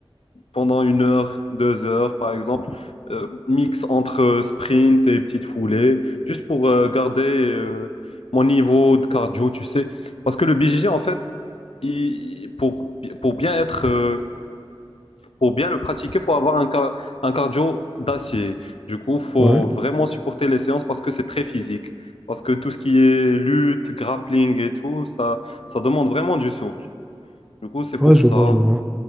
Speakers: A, on the left; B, in the centre.
A: pendant une heure, deux heures, par exemple. Euh, mix entre euh, sprint et petites foulées, juste pour euh, garder euh, mon niveau de cardio, tu sais. Parce que le BJJ, en fait, il- pour, pour bien être, euh, pour bien le pratiquer, faut avoir un, ca- un cardio d'acier. Du coup, faut
B: ouais,
A: vraiment supporter les séances parce que c'est très physique. Parce que tout ce qui est lutte, grappling et tout, ça, ça demande vraiment du souffle. Du coup, c'est pour
B: ouais, je
A: ça.
B: vois, je vois.